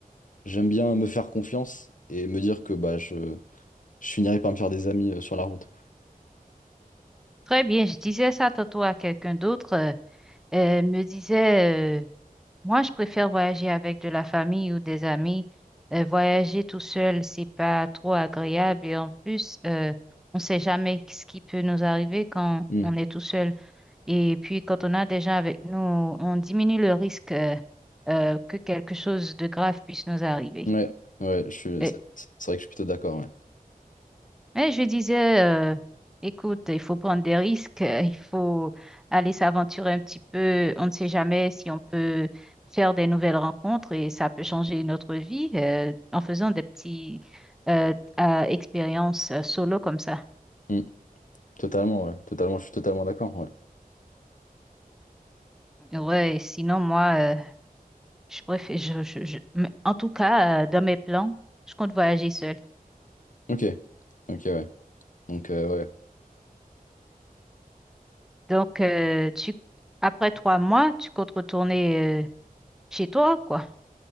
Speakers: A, on the left; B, in the centre.
A: j'aime bien me faire confiance et me dire que bah, je, je finirai par me faire des amis euh, sur la route.
B: Très bien, je disais ça tantôt à quelqu'un d'autre. euh, euh, me disait, euh, moi, je préfère voyager avec de la famille ou des amis. Euh, voyager tout seul, c'est pas trop agréable. Et en plus, euh, on sait jamais ce qui peut nous arriver quand
A: Hmm.
B: on est tout seul. Et puis, quand on a des gens avec nous, on diminue le risque, euh, euh, que quelque chose de grave puisse nous arriver.
A: Ouais, ouais, je suis...
B: Euh,
A: c'est c'est vrai que je suis plutôt d'accord, ouais.
B: Mais je disais, euh, écoute, il faut prendre des risques, euh, il faut aller s'aventurer un petit peu. On ne sait jamais si on peut faire des nouvelles rencontres et ça peut changer notre vie euh, en faisant des petits euh, euh, expériences euh, solo comme ça.
A: Mmh. Totalement, ouais. Totalement, je suis totalement d'accord, ouais.
B: Ouais, sinon moi, euh, je préfère, je, je- je- mais en tout cas, euh, dans mes plans, je compte voyager seule.
A: Ok. Ok, ouais. Donc, euh, ouais.
B: Donc, euh, tu, après trois mois, tu comptes retourner euh, chez toi, quoi.